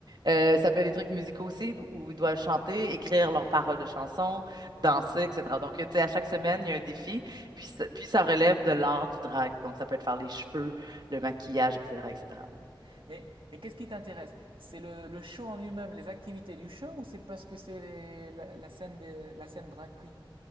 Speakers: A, on the right (about 55°); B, on the right (about 85°).
A: Euh, ça peut être des trucs musicaux aussi, d- où ils doivent chanter, écrire leurs paroles de chansons, danser, etc. Donc, tu sais, à chaque semaine, il y a un défi, puis ça, puis ça relève de l'art du drag. Donc, ça peut être faire les cheveux, le maquillage, etc., etc.
B: Mhm. Mais, mais qu'est-ce qui t'intéresse? C'est le, le show en lui-même, les activités du show, ou c'est parce que c'est les- la, la scène de, la scène drag queen?